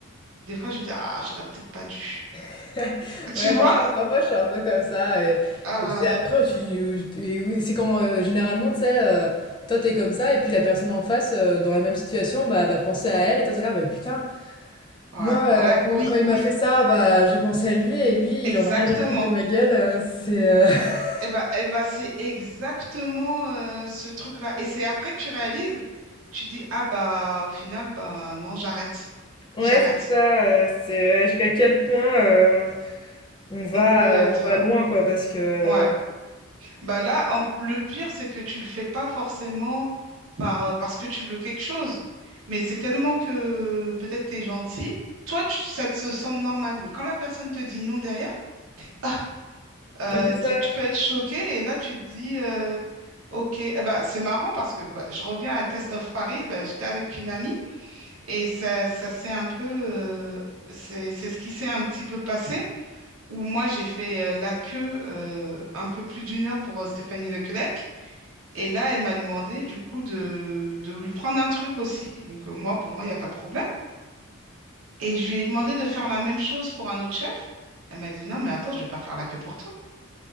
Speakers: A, on the right (about 70°); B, on the left (about 20°).
A: des fois, je vais dire, ah, j'aurais peut-être pas dû.
B: <laughs> Ouais,
A: Tu vois?
B: parfois, parfois, je suis un peu comme ça. Et,
A: Euh,
B: et c'est après où tu. et oui, c'est quand euh, généralement, tu sais, euh, toi, t'es comme ça, et puis la personne en face, euh, dans la même situation, bah, va penser à elle, et toi, t'es là, bah putain,
A: ouais,
B: moi, euh,
A: ouais,
B: quand,
A: oui,
B: quand il
A: oui,
B: m'a fait ça, bah, j'ai pensé à lui, et lui,
A: exactement.
B: il en a rien à foutre de ma gueule. euh, c'est. euh, <laughs>
A: Eh ben, eh ben, c'est exactement euh, ce truc-là. Et c'est après que tu réalises, tu dis, ah bah au final, bah non, j'arrête.
B: Ouais,
A: J'arrête.
B: c'est ça, euh, c'est ouais, jusqu'à quel point euh, on va,
A: On peut être.
B: on va
A: euh,
B: loin, quoi, parce que...
A: Ouais. Bah là, en- le pire, c'est que tu le fais pas forcément par, euh, parce que tu veux quelque chose. Mais c'est tellement que peut-être t'es gentil. Toi, tu- ça te semble normal. Mais quand la personne te dit non derrière, ah, euh,
B: Mais c'est
A: t'es-
B: ça.
A: tu peux être choqué. Et là, tu te dis. euh, Ok, eh ben, c'est marrant parce que bah, je reviens à Test of Paris, bah, j'étais avec une amie et ça, ça s'est un peu, euh, c'est, c'est ce qui s'est un petit peu passé, où moi j'ai fait euh, la queue euh, un peu plus d'une heure pour euh, Stéphanie Lequelec et là elle m'a demandé du coup de, de lui prendre un truc aussi, donc euh, moi pour moi il n'y a pas de problème et je lui ai demandé de faire la même chose pour un autre chef, elle m'a dit non mais attends je vais pas faire la queue pour toi